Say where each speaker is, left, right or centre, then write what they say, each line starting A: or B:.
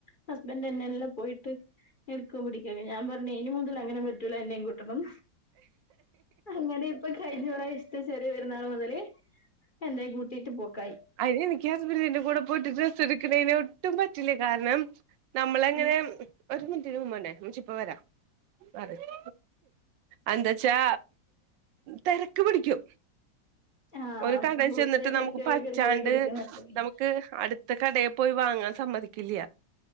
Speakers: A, on the left; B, on the right.
A: ഹസ്ബൻഡ്ന്നെ എല്ലാം പോയിട്ട് എരിക്കും പിടിക്കെ ഞാൻ പറഞ്ഞ് ഇനി മൂതിൽ അങ്ങനെ പറ്റൂലാ എന്നെയും കൂട്ടണം. അങ്ങനെപ്പൊ കഴിഞ്ഞ പ്രാവശ്യത്തെ ശരി ചെറിയ പെരുന്നാൾ മുതല് എന്നെയും കൂട്ടിട്ട് പോക്കായി.
B: അയ്നിക്ക് ഹസ്ബൻഡിന്റെ കൂടെ പോയിട്ട് ഡ്രസ്സ് എടുക്കുന്നെ ഒട്ടും പറ്റില്ലേ കാരണം. നമ്മളങ്ങനെ
A: ഉം
B: ഒരു മിനിറ്റിന് മുമ്പ്ന്നെ ഇചി ഇപ്പ വരാം പറിം എന്താച്ചാ തിരക്ക് പിടിക്കും
A: ആഹ്
B: ഒരു കട ചെന്നിട്ട്
A: വേഗം
B: നമുക്ക്
A: എടുക്ക്
B: പ
A: വേഗം എടുക്ക് വേഗം
B: ണ്ട്
A: എടുക്ക്ന്ന് പറഞ്ഞിട്ട്
B: നമുക്ക് അടുത്ത കടയിൽ പോയി വാങ്ങാൻ സമ്മതിക്കില്ല.